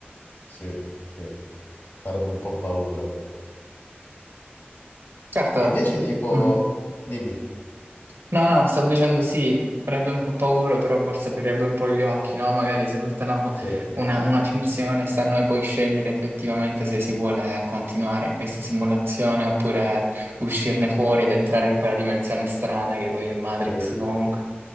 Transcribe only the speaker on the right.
Certo,
mm.
No, no, stavo dicendo sì, farebbe un po' paura, però forse aprirebbe un po' gli occhi, no? Magari se tutta una,
una, una finzione sta a noi poi scegliere effettivamente se si vuole continuare in questa simulazione oppure uscirne fuori ed entrare in quella dimensione strana che poi è Matrix
comunque.